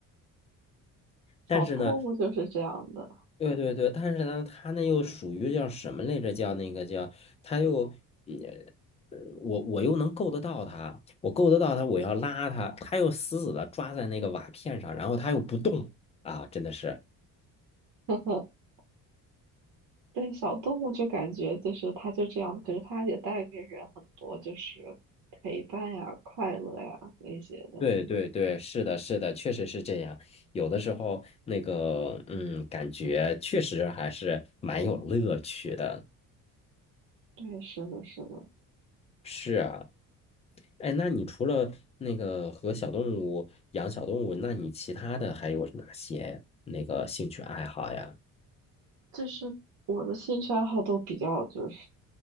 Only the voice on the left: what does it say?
但是呢。对对对，但是呢，他那又属于叫什么来着？叫那个叫，他又，嗯呃，我我又能够得到他，我够得到他，我要拉他，他又死死的抓在那个瓦片上，然后他又不动啊，真的是，
对对对，是的，是的，确实是这样。有的时候那个，嗯，感觉确实还是蛮有乐趣的。
是啊哎，那你除了那个和小动物养小动物，那你其他的还有哪些那个兴趣爱好呀？